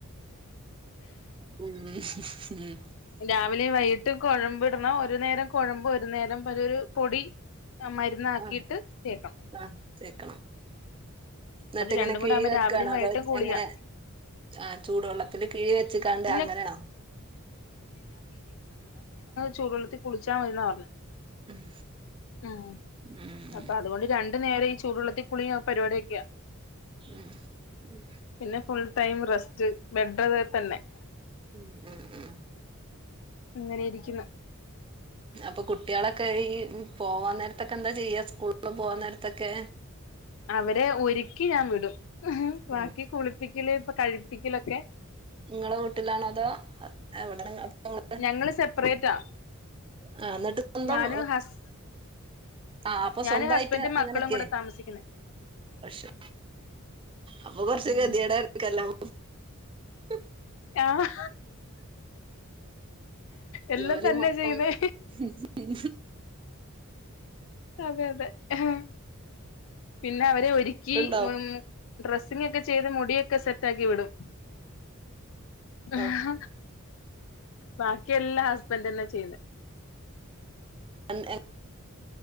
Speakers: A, on the right; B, on the left.
A: മ്ഹ് ഹ് മ്
B: രാവിലേം വൈയി ട്ടും കൊഴമ്പിടണം ഒരു നേരം കൊഴമ്പ് ഒരു നേരം <unintelligible> പൊടി മരുന്നാക്കിയിട്ട്
A: ആഹ്
B: തേക്കാം.
A: ആഹ് തേക്കണം. എന്നിട്ടിങ്ങനെ
B: രണ്ടും
A: കിഴി
B: കൂടെ ആകുമ്പോ
A: വെക്കാണോ
B: രാവിലെയും വൈകിട്ടും
A: അതോ
B: കുളിയാ
A: എങ്ങനെ ആ ചൂടുവെള്ളത്തിൽ കിഴി വെച്ച്കാണ്ട്
B: ഇല്ല
A: അങ്ങനാണോ.
B: ചൂടുവെള്ള ത്തി കുളിച്ചാ മതിന്നാ പറഞ്ഞേ.
A: ഉം
B: ആ
A: ഉം
B: അപ്പൊ അതുകൊണ്ട് രണ്ട്‌ നേര ചൂടുള്ളത്തി കുളിയും പരിപാടിയൊക്കെയാ.
A: ഉം ഉം
B: പിന്നെ ഫുൾ ടൈം റെസ്റ്റ് ബെഡ് <unintelligible> തന്നെ.
A: ഉം ഉം ഉം
B: അങ്ങനെ ഇരിക്കുന്നു
A: പ്പൊ കുട്ട്യാളൊക്കെ ഈ പോവാൻ നേരത്തൊക്കെന്താ ചെയ്യ സ്കൂളിൽ പോകാൻ നേരത്തൊക്കെ
B: അവരെ ഒരുക്കി ഞാൻ വിടും ബാക്കി
A: ഉം
B: കുളിപ്പിക്കല് പ്പൊ കഴിപ്പിക്കലൊ <unintelligible>
A: നിങ്ങളെ വീട്ടിലാണോ അതോ എവിട അപ്പ ങ്ങള്
B: ഞങ്ങള് സെപ്പറേറ്റാ
A: ആ എന്നിട്ട് സ്വന്തം
B: ഞാനും ഹസ്
A: ആഹ് അപ്പൊ
B: ഞാനും
A: സ്വന്തായിട്ട്
B: ഹസ്ബൻഡും മക്കളും
A: അങ്ങനൊക്കെ
B: കൂടെ താമസിക്കുന്നേ
A: പക്ഷേ അപ്പൊ കൊർച്ച്
B: ഉം
A: കെതിയേടേയ്ക്കാരല്ലോ <unintelligible>
B: ആഹ് എല്ലാം
A: ജോലി
B: തന്നെ
A: മൊത്തം
B: ചെയ്യുന്നേ
A: ഉം
B: അതെ അതെ ആ പിന്നെ അവരെ ഒരി ക്കി
A: പറഞ്ഞിട്ടുണ്ടാവും
B: ഉം ഡ്രസ്സിംഗ് ഒക്കെ ചെയ്ത് മുടിയൊക്കെ സെറ്റ് റ്റാക്കി വിടും ആഹാ
A: ആഹ്
B: ബാക് ക്കി എല്ലാ ഹസ്ബൻഡ് തന്ന ചെയ്യുന്നെ
A: അന്ന് എൻ